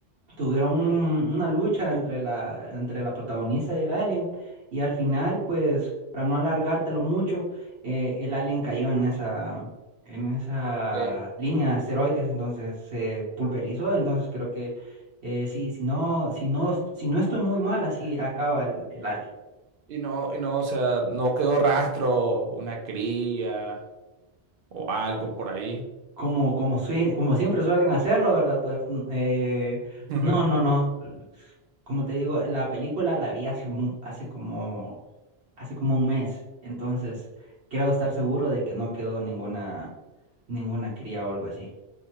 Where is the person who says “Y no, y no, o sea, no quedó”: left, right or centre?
Right